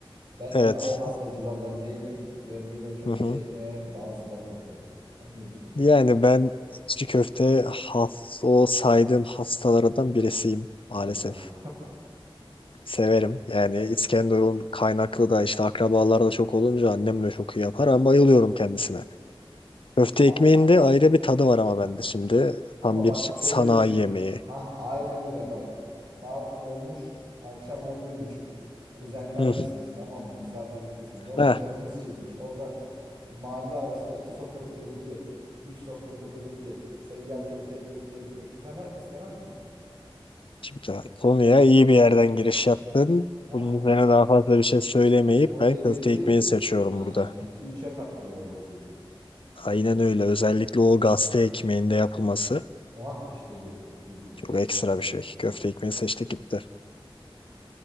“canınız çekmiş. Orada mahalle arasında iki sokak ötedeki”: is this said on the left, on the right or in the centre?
Right